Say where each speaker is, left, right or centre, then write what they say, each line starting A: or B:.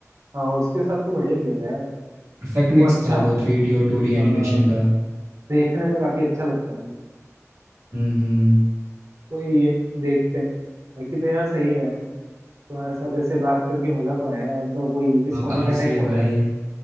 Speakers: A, on the right; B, on the right.
A: हाँ उसके साथ तो बढ़िया किया था यार
B: परफेक्ट
A: वो
B: मिक्स
A: अच्छा
B: था वो थ्री डी और टू डी
A: हाँ,
B: एनिमेशन का
A: देखने में काफी अच्छा लगता था
B: हम्म हम्म
A: तो ये देखते हैं बाकी तो यार सही है यार तुम्हारे साथ ऐसे बात करके मजा तो आया और तो वो ये कि सोने
B: आप आपसे
A: का टाइम
B: भी
A: हो
B: भाई
A: रहा है